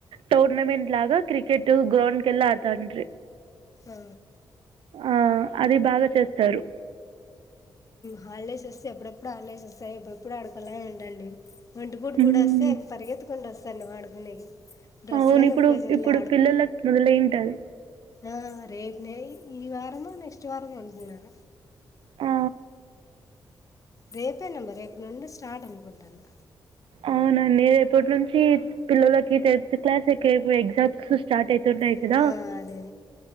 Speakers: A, on the right (about 80°); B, on the left (about 40°).
A: టోర్నమెంట్ లాగా క్రికెట్ గ్రౌండ్కి వెళ్ళి ఆడుతా ఉండ్రి
B: ఆ
A: ఆ అది బాగా చేస్తారు
B: హాలిడేస్ వస్తే ఎప్పుడెప్పుడు హాలిడేస్ వస్తాయి ఎప్పుడెప్పుడు అడుక్కోలా అని ఉంటుంటి ఒంటి పూట
A: హ్మ్
B: బడి వస్తే పరిగెతుకుంట వస్త వాడు ఆడుకునేకి డ్రెస్
A: అవును
B: కానీ
A: ఇప్పుడు
B: ఉప్పేసి వెళ్ళి
A: ఇప్పుడు పిల్లల మొదల అయింటది
B: ఆ రేపే ఈ వారమో నెక్స్ట్ వారమో అంటున్నార
A: ఆ!
B: రేపేనమ్మా రేపు నుండి స్టార్ట్ అనుకుంటాను
A: అవునండి రేపటినుంచి నుంచి పిల్లలకి టెన్త్ క్లాస్ ఎ ఎగ్జామ్స్ స్టార్ట్ అయితదా
B: ఆ, అదే అదే